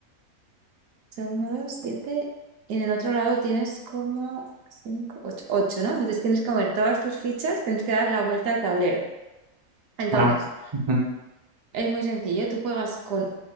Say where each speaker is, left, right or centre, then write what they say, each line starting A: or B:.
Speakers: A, on the right; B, on the right.
A: o sea, uno 2 7 y en el otro lado tienes como 5 8 8, ¿no? Entonces tienes que mover todas tus fichas, tienes que dar la vuelta al tablero. Entonces,
B: ah, ok, ujú,
A: Es muy sencillo, tú juegas con,